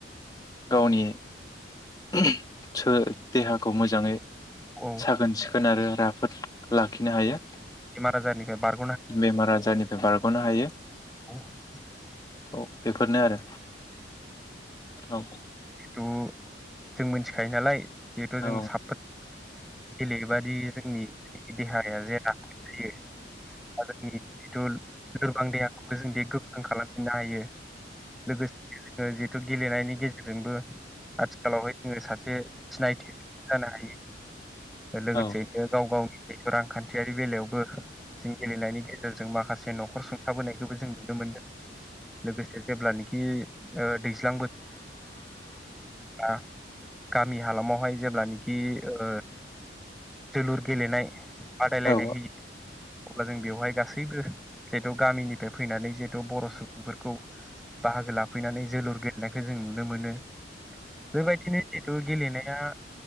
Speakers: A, on the left; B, in the centre.
A: गावनि ओह देहाखौ मोजाङै
B: औ
A: साखोन सिखोन आरो राफोद ला खिनो हायो
B: मारा जारनिफ्राय बार
A: बेमार आजारनिफ्राय बार गनो हायो
B: <inaudible>
A: औ बेफोरनो आरो औ
B: दु जों मिथिखायो नालाय जिहेथु जों
A: औ
B: साफोद गेलेयोबादि जोंनि देहाया जे राफोद थायो जोंनि जिथु लोरबां देहाखौबो जोंदि गोख्रों खालामफिननो हायो लोगोसे जोङो जि गेलेनायनि गेजेरजोंबो आथिखाल आथिखालावहाय जोङो सासे सिनायथि जानो हायो लोगोसे
A: औ
B: नो गाव गाव जिथु रांखान्थियारि बेलायावबो जों गेलेनायनि गेजेरजों माखासे न'खर सुंथाबोनायखौबो जों नुनो मोनदों लोगोसे जेब्लानखि ओह दैज्लां बोथोर बा गामि हालामावहाय जेब्लानिखि ओह जोलुर गेलेनाय बादायलायनाय
A: औ
B: होयो अब्ला जों बेवहाय गासैबो जिहेथु गामिनिफ्राय फैनानै जिहेथु बर' सुबुंफोरखौ बाहागो लाफैनानै जोलुर गेलेनायखौ जों नुनो मोनो बेबायदिनो जिहेतु गेलेनाया